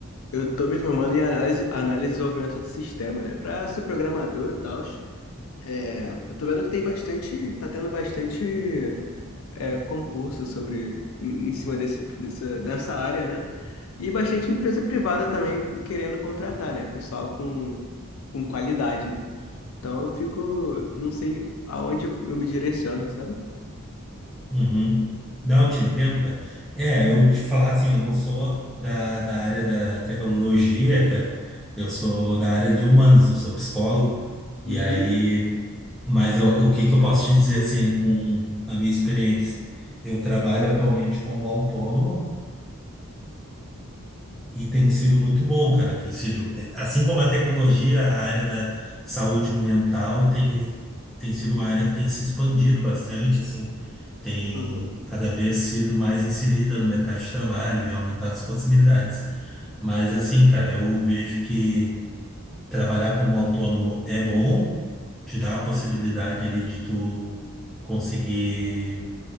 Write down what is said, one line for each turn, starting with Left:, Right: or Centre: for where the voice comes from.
Left: Eu tô me formando em análise, análise e desenvolvimento de sistema, né? Pra ser programador e tal. É, eu tô vendo que tem bastante, tá tendo bastante é, concurso sobre em em cima desse, dessa, dessa área, né? E bastante empresa privada também querendo contratar, né? Pessoal com, com qualidade, né? Então eu fico, não sei aonde eu eu me direciono, sabe?
Centre: Uhum. Não, eu te entendo, cara. É, eu te falar assim, eu não sou da, da área da tecnologia, cara. Eu sou da área de humanos, eu sou psicólogo. E
Left: Uhum,
Centre: aí, mas eu- o que que eu posso te dizer assim, com a minha experiência? Eu trabalho atualmente como autônomo e tem sido muito bom, cara. Tem sido, é, assim como a tecnologia, a área da saúde mental tem, tem sido uma área que tem se expandido bastante, assim, tem
Left: uhum,
Centre: cada vez sido mais inserida no mercado de trabalho e aumentado as possibilidades. Mas, assim, cara, eu vejo que trabalhar como autônomo é bom, te dá a possibilidade ali de tu conseguir